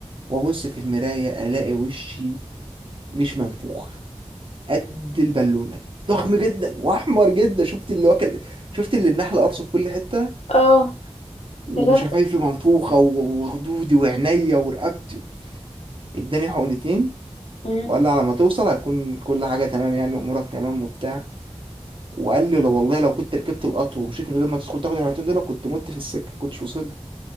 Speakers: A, on the right; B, on the left.
A: وابص في المرايه الاقي وشي مش منفوخ قد البالونه ضخم جدا واحمر جدا شفت اللي واكل شفت اللي النحل قرصه في كل حته
B: اه
A: وشفايفي
B: يا لهوي.
A: منفوخه و- وخدودي وعينيا ورقبتي اداني حقنتين
B: مم.
A: وقال لي على ما توصل هتكون كل حاجه تمام يعني وامورك تمام وبتاع وقال لي لو والله لو كنت ركبت القطر ومشيت من غير ما تدخل تاخد الحاجتين دول كنت مت في السكه ما كنتش وصلت